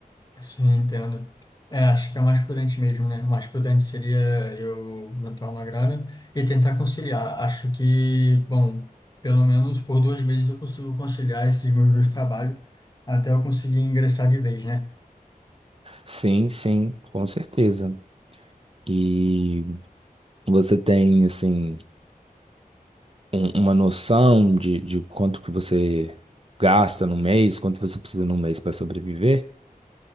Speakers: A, on the left (about 25°); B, on the right (about 40°).
A: Sim, entendo. É, acho que é o mais prudente mesmo, né? O mais prudente seria eu juntar uma grana e tentar conciliar. Acho que, bom, pelo menos por dois meses eu consigo conciliar esses meus dois trabalhos até eu conseguir ingressar de vez, né?
B: Sim, sim, com certeza. E você tem, assim. um- uma noção de, de quanto que você gasta no mês, quanto você precisa no mês para sobreviver?